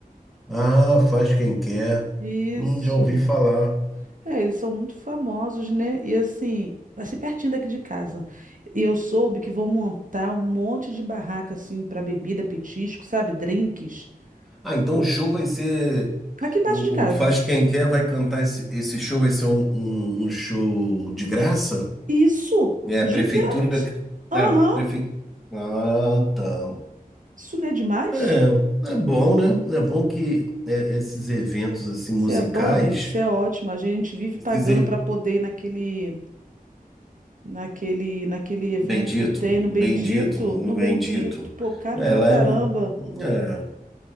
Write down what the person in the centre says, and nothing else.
Ah, faz quem quer.
Hum, já ouvi falar.
Ah, então
o show vai ser.
O,
o Faz Quem Quer vai cantar esse, esse show, vai ser um, um, um show de graça?
É, a
prefeitura.
A prefe... Ah, tá.
É, é bom, né? É bom que é, esses eventos assim musicais,
esses
e-
bendito,
bendito,
no
bendito.
É,
lá
é, é,